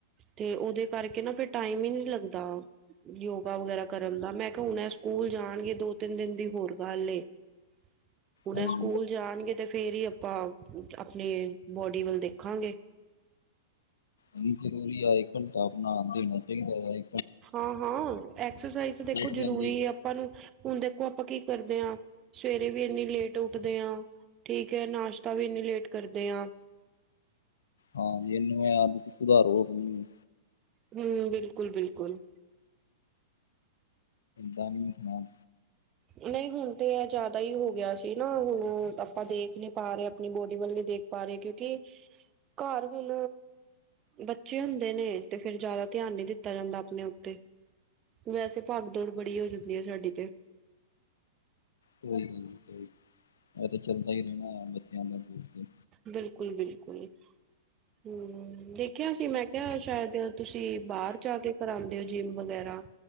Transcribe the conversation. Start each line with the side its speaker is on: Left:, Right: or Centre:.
Right: ਤੇ ਉਹਦੇ ਕਰਕੇ ਨਾ ਫਿਰ ਟਾਈਮ ਹੀ ਨਹੀਂ ਲੱਗਦਾ। ਯੋਗਾ ਵਗੈਰਾ ਕਰਨ ਦਾ ਮੈਂ ਕਿਹਾ ਹੁਣ ਸਕੂਲ ਜਾਣਗੇ ਦੋ ਤਿੰਨ ਦਿਨ ਦੀ ਹੋਰ ਗੱਲ ਏ। <unintelligible> ਹੁਣ
Left: ਹਾਂਜੀ
Right: ਇਹ ਸਕੂਲ ਜਾਣਗੇ ਤੇ ਫੇਰ ਹੀ ਆਪਾਂ ਆਪਣੀ ਬੋਡੀ ਵੱਲ ਦੇਖਾਂਗੇ।
Left: ਨਹੀਂ ਜ਼ਰੂਰੀ ਐ ਇੱਕ ਘੰਟਾ ਆਪਣਾ ਦੇਣਾ ਚਾਹੀਦਾ ਏ।
Right: ਹਾਂ ਹਾਂ, ਐਕਸਰਸਾਈਜ਼ ਦੇਖੋ
Left: ਚੋਟ ਰਹਿੰਦੀ
Right: ਜ਼ਰੂਰੀ
Left: ਹੈ
Right: ਆ। ਆਪਾਂ ਨੂੰ ਹੁਣ ਦੇਖੋ ਆਪਾਂ ਕੀ ਕਰਦੇ ਆ, ਸਵੇਰੇ ਵੀ ਏਨੀ ਲੇਟ ਉੱਠਦੇ ਆ। ਠੀਕ ਹੈ ਨਾਸ਼ਤਾ ਵੀ ਇੰਨੀ ਲੇਟ ਕਰਦੇ ਆ।
Left: ਹਾਂਜੀ ਇਹਨੂੰ ਐ ਸੁਧਾਰੋ ਆਪਣੀ
Right: ਹੂ ਬਿਲਕੁਲ ਬਿਲਕੁਲ।
Left: ਦਮ ਨਾਲ
Right: ਨਹੀਂ ਹੁਣ ਤੇ ਇਹ ਜ਼ਿਆਦਾ ਹੀ ਹੋ ਗਿਆ ਸੀ ਨਾ ਹੁਣ ਆਪਾਂ ਦੇਖ ਨੀ ਪਾ ਰਹੇ, ਆਪਣੀ ਬੋਡੀ ਵੱਲੇ ਵਿ ਦੇਖ ਪਾ ਰਹੇ ਕਿਉਂਕਿ ਘਰ ਹੁਣ ਬੱਚੇ ਹੁੰਦੇ ਨੇ ਤੇ ਫੇਰ ਜ਼ਿਆਦਾ ਧਿਆਨ ਨੀ ਦਿੱਤਾ ਜਾਂਦਾ ਆਪਣੇ ਉੱਤੇ। ਵੈਸੇ ਭਾਗ ਦੌੜ ਬੜੀ ਹੋ ਜਾਂਦੀ ਏ ਸਾਡੀ ਤੇ।
Left: ਕੋਈ ਨੀ ਕੋਈ ਨੀ, ਐ ਤੇ ਚੱਲਦਾ ਹੀ ਰਹਿਣਾ ਏ ਬੱਚਿਆਂ ਦਾ ਤੇ।
Right: ਬਿਲਕੁਲ ਬਿਲਕੁਲ ਹੂ। ਦੇਖਿਆ ਸੀ ਮੈਂ ਕਿਹਾ ਸ਼ਾਇਦ ਤੁਸੀਂ ਬਾਹਰ ਜਾ ਕੇ ਕਰਾਉਂਦੇ ਹੋ? ਜਿੰਮ ਵਗੈਰਾ